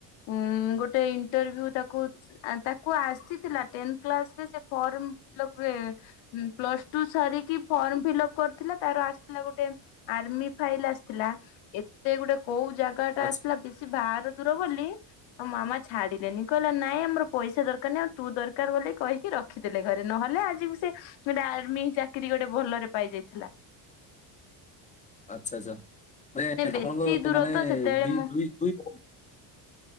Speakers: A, on the left (about 70°); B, on the left (about 15°).
A: ଉଁ ଗୋଟେ ଇଣ୍ଟରଭି୍ୟୁ ତାକୁ ତାକୁ ଆସିଥିଲା ଟେନ କ୍ଲାସରେ ସେ ଫର୍ମ ଫିଲପ ରେ ପ୍ଲସ ଟୁ ସାରିକି ଫର୍ମ ଫିଲପ କରିଥିଲା ତାର ଆସିଥିଲା ଗୋଟେ ଆର୍ମି ଫାଇଲ ଆସିଥିଲା ଏତେ ଗୋଟେ କୋଉ ଜାଗା ଟା
B: ଆଚ୍ଛା ଆଚ୍ଛା
A: ଆସଥିଲା ବେଶୀ ବାହାର ଦୂର ବୋଲି ଆଉ ମାମା ଛାଡିଲେନି କହିଲା ନାଇଁ ଆମର ପଇସା ଦରକାର ନାହିଁ ଆଉ ତୁ ଦରକାର ବୋଲି କହିକି ରଖିେ ଘରେ ନ ନହଲେ ଆଜିକୁ ସେ ଗୋଟେ ଆର୍ମି ଚାକିରି ଗୋଟେ ଭଲରେ ପାଇଯାଇଥିଲା।
B: ଆଚ୍ଛା ଆଛା ମାନେ
A: ବେଶୀ
B: ଆପଣଙ୍କ
A: ଦୂର
B: ମାନେ
A: ତ ସେତେବେଳେ
B: ଦି
A: ମୁଁ
B: ଦୁଇ ଦୁଇ ବହୁ